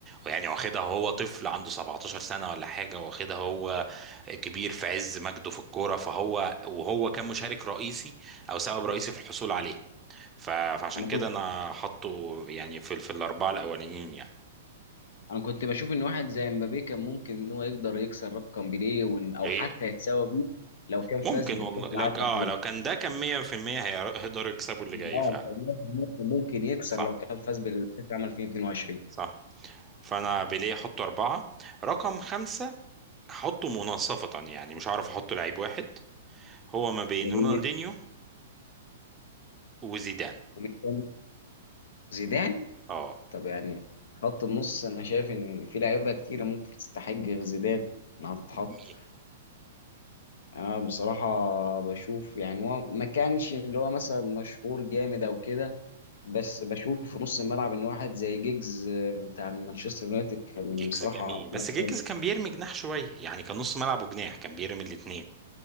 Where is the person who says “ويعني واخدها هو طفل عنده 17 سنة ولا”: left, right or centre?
Right